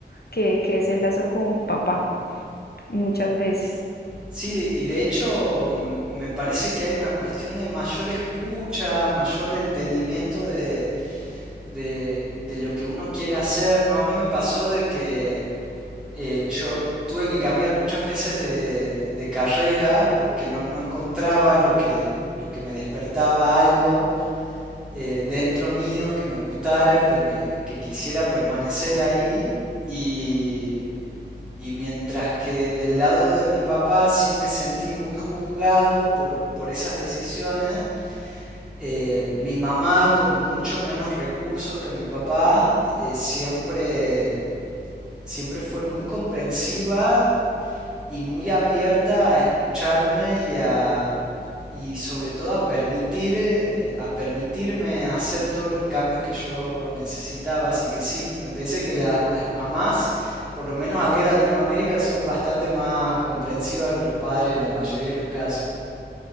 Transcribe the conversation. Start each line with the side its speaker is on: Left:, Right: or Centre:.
Left: que, que es el lazo con papá, muchas veces.
Centre: Sí, y de hecho mm, me parece que hay una cuestión de mayor escucha, mayor entendimiento de, de, de lo que uno quiere hacer, ¿no? A mí me pasó de que eh, yo tuve que cambiar muchas veces de, de carrera porque no, no encontraba lo que, lo que me despertaba algo eh, dentro mío que me gustara, que, me, que quisiera permanecer ahí. Y, y mientras que del lado de mi papá sí me sentí muy juzgado por, por esas decisiones, eh, mi mamá con mucho menos recursos que mi papá eh, siempre, siempre fue muy comprensiva y muy abierta a escucharme y a y sobre todo a permitir eh, a permitirme hacer todos los cambios que yo necesitaba así que sí me parece que la- las mamás por lo menos acá en Latinoamérica son bastante más comprensivas que los padres en la mayoría de los casos